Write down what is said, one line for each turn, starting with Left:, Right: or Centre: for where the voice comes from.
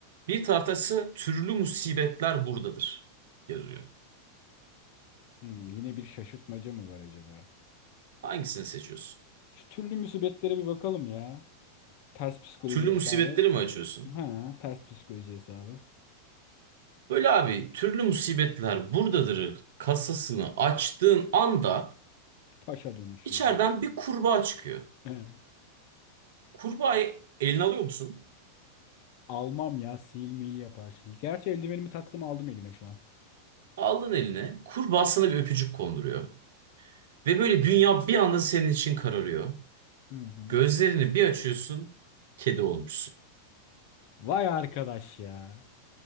Right: bir taraftaysa türlü musibetler buradadır yazıyor.
Left: Hmm. Yine bir şaşırtmaca mı var acaba?
Right: Hangisini seçiyorsun?
Left: Şu türlü musibetlere bir bakalım ya. Ters psikoloji
Right: Türlü
Left: hesabı.
Right: musibetleri mi açıyorsun?
Left: Ha, ters psikoloji hesabı.
Right: Böyle abi türlü musibetler buradadır kasasını açtığın anda
Left: Paşa dönüşüyorum.
Right: içeriden bir kurbağa çıkıyor.
Left: He.
Right: Kurbağayı eline alıyor musun?
Left: Almam ya sil mil yapar şimdi. Gerçi eldivenimi taktım aldım elime şu an.
Right: Aldın eline, kurbağa sana bir öpücük konduruyor. Ve böyle dünya bir anda senin için kararıyor.
Left: Hı hı.
Right: Gözlerini bir açıyorsun, kedi olmuşsun.
Left: Vay arkadaş ya.